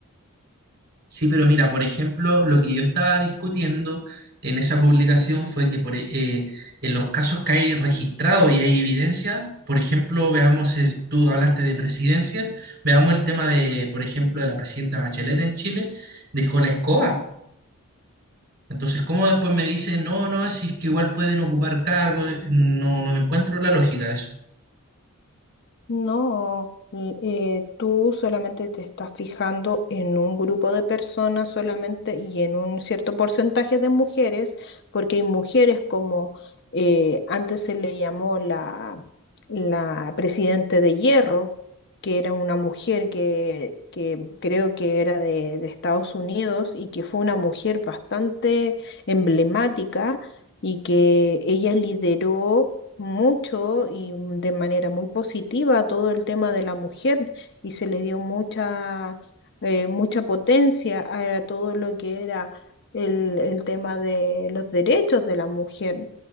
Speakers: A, on the right; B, on the left.
A: Sí, pero mira, por ejemplo, lo que yo estaba discutiendo en esa publicación fue que por, e, eh, en los casos que hay registrados y hay evidencia, por ejemplo, veamos, el, tú hablaste de presidencias, veamos el tema de, por ejemplo, de la presidenta Bachelet en Chile, dejó la escoba. Entonces, ¿cómo después me dicen, no, no, si es que igual pueden ocupar cargos? No, no le encuentro la lógica a eso.
B: No, l- eh, tú solamente te estás fijando en un grupo de personas solamente y en un cierto porcentaje de mujeres, porque hay mujeres como eh, antes se le llamó la, la presidente de hierro, que era una mujer que, que creo que era de, de Estados Unidos y que fue una mujer bastante emblemática y que ella lideró mucho y de manera muy positiva todo el tema de la mujer y se le dio mucha, eh, mucha potencia a, todo lo que era el, el tema de los derechos de la mujer.